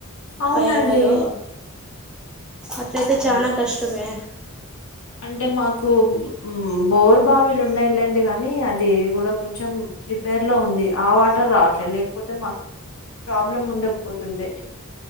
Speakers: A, on the left; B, in the centre.
A: అవునండి
B: అయేరియాలో అట్లయితే చనా
A: అంటే
B: కష్టమే
A: అంటే మాకు బోర్ బావిలు ఉండేళండి గానీ అది కూడా కొంచెం ప్రిపేర్ లో ఉంది ఆ వాటర్ రావట్లేదు లేకపోతే మాకు ప్రాబ్లం ఉండకపోతుండే